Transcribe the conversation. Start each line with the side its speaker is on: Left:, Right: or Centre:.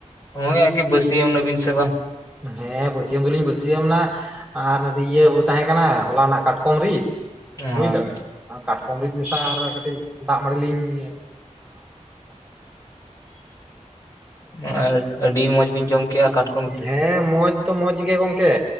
Left: ᱦᱩᱜ ᱟᱜᱮ ᱵᱟᱹᱥᱤᱭᱟᱹᱢ ᱱᱟᱵᱤᱱ ᱥᱮᱵᱟ?
Centre: ᱦᱮᱸ ᱵᱟᱹᱥᱭᱟᱹᱢ ᱫᱚᱞᱤᱧ ᱯᱟᱹᱥᱭᱟᱹᱢ ᱟᱨ ᱤᱭᱟᱹ ᱛᱟᱦᱮᱸ ᱠᱟᱱᱟ ᱦᱚᱞᱟᱱᱟᱜ ᱠᱟᱴᱠᱚᱢ ᱨᱤᱫ
Left: ᱦᱮᱸ
Centre: ᱵᱩᱡᱽ ᱫᱟᱢ ᱠᱟᱴᱠᱚᱢ ᱨᱤᱫ ᱢᱮᱥᱟ ᱠᱟᱹᱴᱤᱡ ᱫᱟᱜᱢᱟᱹᱲᱤ ᱞᱤᱧ ᱤᱭᱟᱹ
Left: ᱚ <unintelligible> ᱟᱹᱰᱤ ᱢᱚᱸᱡᱽ ᱵᱤᱱ ᱡᱚᱢ ᱠᱮᱜᱼᱟ ᱠᱟᱴ
Centre: ᱦᱮᱸ ᱢᱚᱡᱽ ᱫᱚ ᱢᱚᱡᱽ ᱜᱮ ᱜᱚᱝᱠᱮ